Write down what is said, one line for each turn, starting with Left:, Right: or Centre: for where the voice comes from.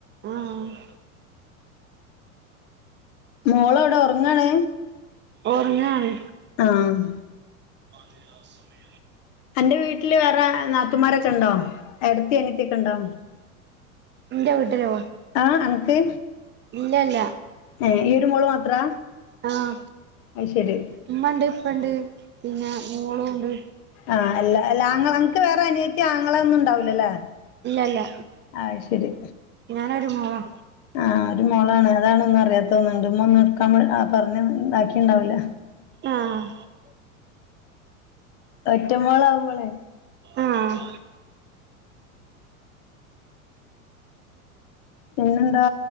Right: ആഹ്
Left: മോളെവിടെ ഒറങ്ങാണ്
Right: ഒറങ്ങാണ്
Left: ആഹ്
Right: അതെ ആഹ് സമയം
Left: അന്റെ വീട്ടില് വേറെ നാത്തുമാരൊക്കെണ്ടോ ഏടത്തി അനിയത്തിക്കെണ്ടോ
Right: ന്റെ വീട്ടിലോ
Left: ആഹ് അനക്ക്
Right: ഇല്ല ഇല്ല
Left: ഏഹ് ഈ ഒരു മോള് മാത്രാ
Right: ആഹ്
Left: അത് ശരി
Right: ഉമ്മണ്ട് ഇപ്പണ്ട് പിന്നെ മോളുണ്ട്
Left: ആഹ് അല്ല അല്ല ആങ്ങള അൻക്ക് വേറെ അനിയത്തി ആങ്ങള ഒന്നുംണ്ടാവില്ലല്ലേ
Right: ഇല്ലല്ല
Left: അഹ്ശരി
Right: ഞാനൊരു മോളാ
Left: ആഹ് ഒരു മോളാണ് അതാണൊന്നും അറിയാത്തോന്നുണ്ട് ഉമ്മ ഒന്നും എടുക്കാൻ പറ ആഹ് പറഞ്ഞ് ഇതാക്കിണ്ടാവില്ല
Right: ആഹ്
Left: ഒറ്റ മോളാവുമ്പളേ
Right: ആഹ്
Left: പിന്നെന്താ